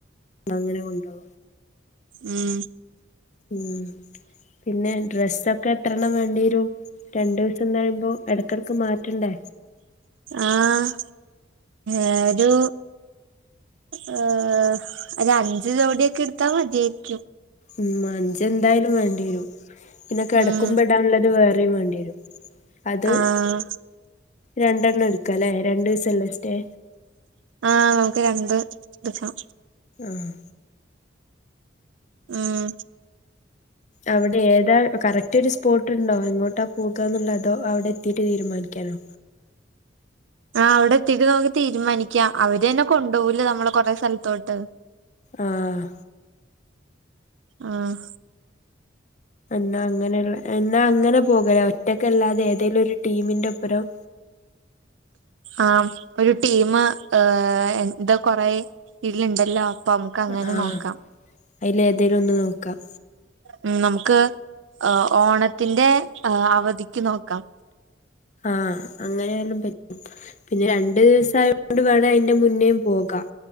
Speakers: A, on the left; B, on the right.
A: അങ്ങനെ കൊണ്ടുവൊക്കാം
B: ഉം
A: ഉം പിന്നെ ഡ്രസ്സൊക്കെ എത്ര എണ്ണം വേണ്ടി വെറും രണ്ട് ദിവസം എന്ന് പറയുമ്പോ ഇടക്കിടക്ക് മാറ്റണ്ടേ?
B: ആഹ് ഏരു ഏഹ് ഒരു അഞ്ച് ജോടിയൊക്കെ എടുത്താൽ മതിയായിരിക്കും.
A: ഉം അഞ്ചെന്തായാലും വേണ്ടി വരും പിന്നെ കെടക്കുമ്പോൾ
B: ഉം
A: ഇടാനുള്ളത് വേറെയും വേണ്ടി വരും അത്
B: ആഹ്
A: രണ്ടെണ്ണം എടുക്കല്ലേ രണ്ടു ദിവസല്ലേ സ്റ്റേ
B: ആഹ് നമുക്ക് രണ്ട് ദിസം
A: ആഹ്
B: ഉം
A: അവിടെ ഏതാ കറക്റ്റ് ഒരു സ്പോട്ടുണ്ടോ എങ്ങോട്ടാ പോകാന്നുള്ളത് അതോ അവിടെ എത്തിട്ട് തീരുമാനിക്കാനോ?
B: ആഹ് അവിടെ എത്തിട്ട് നമ്മുക്ക് തീരുമാനിക്കാം അവര് തന്നെ കൊണ്ടുപോകൂലെ നമ്മളെ കൊറെ സ്ഥലത്തോട്ട്
A: ആഹ്
B: ആഹ്
A: എന്നാ അങ്ങനെയുള്ള എന്നാ അങ്ങനെ പോക ഒറ്റക്കല്ലാതെ ഏതേലും ഒരു ടീമിന്റെ ഒപ്പരം
B: ആഹ് ഒരു ടീം ഏഹ് എന്താ കൊറെ ഇതിലുണ്ടല്ലോ നമുക്ക് അങ്ങനെ
A: ആഹ്
B: നോക്കാം
A: അയില് ഏതേലും ഒന്ന് നോക്കാം.
B: ഉം നമുക്ക് ഏഹ് ഓണത്തിന്റെ ആഹ് അവധിക്ക് നോക്കാം.
A: ആഹ് അങ്ങനെയാലും പ പിന്നെ രണ്ടു ദിവസം ആയകൊണ്ട് വേണേ അതിന്റെ മുന്നേയും പോകാം.